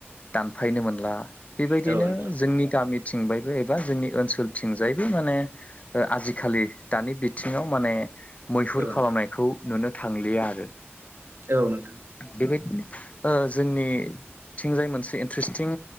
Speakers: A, on the left; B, on the right.
A: दानफायनो मोनला बिदिनो
B: औ नोंथां
A: जोंनि गामिथिंबायबो एबा जोंनि ओनसोलथिंजाय बे माने ओ आजिखालि दानि बिथिङाव माने मैहुर
B: औ
A: खालामनायखौ
B: नोंथां
A: नुनो थांलिया आरो
B: औ नोंथां
A: बेबायदिनो ओ जोंनिथिंजाय मोनसे इन्टारेस्टिं